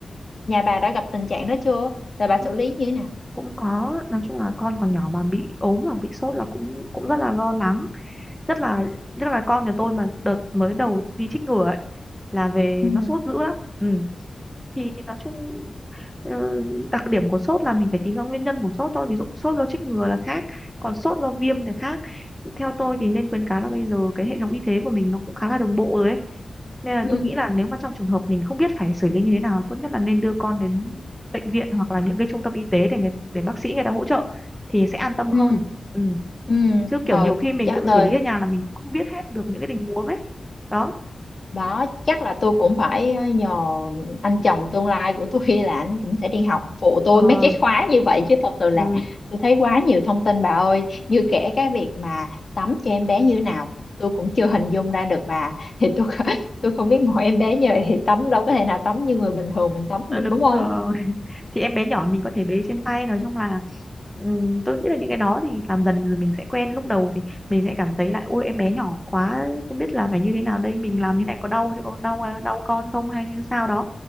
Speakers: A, on the left (about 40°); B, in the centre.
A: nhà bà đã gặp tình trạng đó chưa rồi bà
B: cũng
A: xử lý như thế nào
B: cũng có nói chung là con còn nhỏ mà bị ốm hoặc bị sốt là cũng cũng rất là lo lắng nhất là nhất là con nhà tôi mà đợt mới đầu đi chích ngừa ấy là về
A: Ừ.
B: nó sốt dữ lắm ừ. thì nói chung ờ, đặc điểm của sốt là mình phải tìm ra nguyên nhân của sốt thôi ví dụ sốt do chích ngừa là khác còn sốt do viêm thì khác theo tôi thì nên khuyến cáo là bây giờ cái hệ thống y tế của mình nó cũng khá là đồng bộ rồi ấy nên là
A: ừ
B: tôi nghĩ là nếu mà trong trường hợp mình không biết phải xử lý như thế nào tốt nhất là nên đưa con đến bệnh viện hoặc là những cái trung tâm y tế để người, để bác sĩ người ta hỗ trợ thì sẽ an tâm
A: ừ
B: hơn ừ
A: ừ
B: chứ kiểu
A: ờ
B: nhiều khi mình
A: chắc
B: tự
A: rồi
B: xử lý ở nhà là mình cũng không biết hết được những cái tình huống ấy đó
A: đó chắc là tôi cũng phải ờ, nhờ anh chồng tương lai của tôi <laughs> là anh cũng sẽ đi học phụ tôi
B: ờ
A: mấy cái khóa như vậy chứ thật sự là
B: ừ.
A: tôi thấy quá nhiều thông tin bà ơi như kể cái việc mà tắm cho em bé như thế nào tôi cũng chưa hình dung ra được bà thì tôi <laughs> tôi không biết mỗi em bé như vậy thì tắm đâu có thể nào tắm như người bình thường mình tắm
B: Ờ,
A: được
B: đúng
A: đúng không
B: rồi <laughs> thì em bé nhỏ mình có thể bế trên tay nói chung là ừm, tôi nghĩ là những cái đó thì làm dần rồi mình sẽ quen lúc đầu thì mình sẽ cảm thấy lại ôi em bé nhỏ quá không biết là phải như thế nào đây mình làm như này có đau đau đau con không hay như sao đó